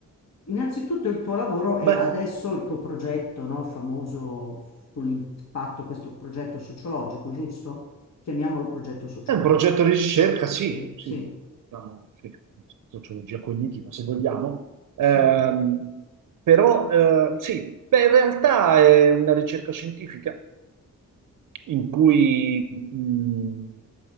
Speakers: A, on the left; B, on the right.
A: Innanzitutto il tuo lavoro e
B: Beh,
A: adesso il tuo progetto, no, famoso sull'impatto, questo progetto sociologico, giusto? Chiamiamolo progetto sociologico.
B: è un progetto di ricerca, sì,
A: Sì,
B: sì,
A: sì,
B: diciamo, sì, sociologia cognitiva, se vogliamo. Ehm,
A: sì.
B: però, eh, sì, beh, in realtà è una ricerca scientifica. in cui mh,